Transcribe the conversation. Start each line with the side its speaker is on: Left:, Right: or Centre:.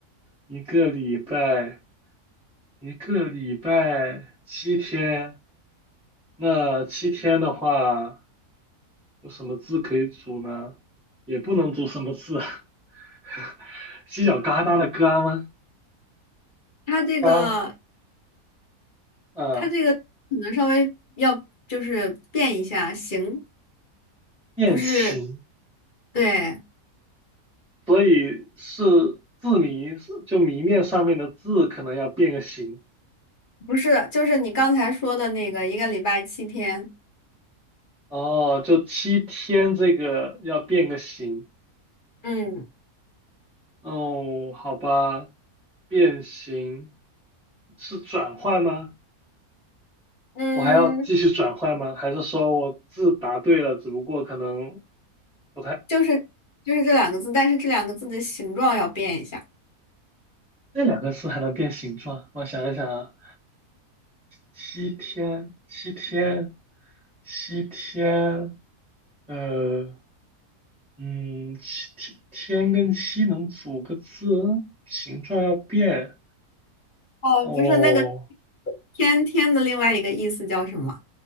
Centre: 一个礼拜，一个礼拜七天，那七天的话，有什么字可以组呢？也不能组什么字啊 <laughs> 犄角旮旯的旮吗？
Left: 它这个，
Centre: 八，嗯，
Left: 它这个可能稍微要就是变一下，形，
Centre: 变形，
Left: 不是，对，
Centre: 所以是字谜，就谜面上面的字可能要变个形。
Left: 不是，就是你刚才说的那个一个礼拜七天，
Centre: 哦，就七天这个要变个形。
Left: 嗯，
Centre: 哦，好吧，变形是转换吗？
Left: 嗯，
Centre: 我还要继续转换吗？还是说我字答对了，只不过可能不太
Left: 就是就是这两个字，但是这两个字的形状要变一下。
Centre: 那两个字还能变形状？我想一想啊，七天，七天，七天，呃，嗯，七天天跟七能组个字，形状要变
Left: 哦，
Centre: 哦。
Left: 不是那个天天的另外一个意思叫什么？